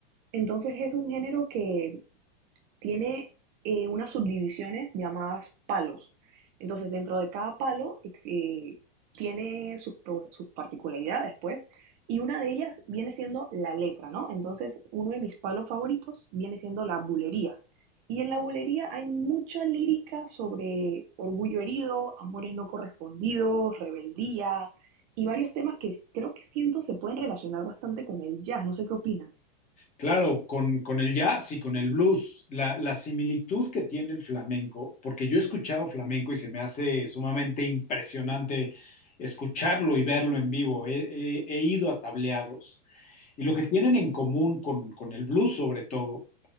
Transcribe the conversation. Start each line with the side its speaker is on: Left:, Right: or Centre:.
Right: Entonces es un género que tiene eh, unas subdivisiones llamadas palos. Entonces, dentro de cada palo eh, tiene sus, sus, particularidades, pues, y una de ellas viene siendo la letra, ¿no? Entonces, uno de mis palos favoritos viene siendo la bulería. Y en la bulería hay mucha lírica sobre orgullo herido, amores no correspondidos, rebeldía y varios temas que creo que siento se pueden relacionar bastante con el jazz. No sé qué opinas.
Left: Claro, con, con el jazz y con el blues, la, la similitud que tiene el flamenco, porque yo he escuchado flamenco y se me hace sumamente impresionante escucharlo y verlo en vivo. He, he- he ido a tableados y lo que tienen en común con, con el blues sobre todo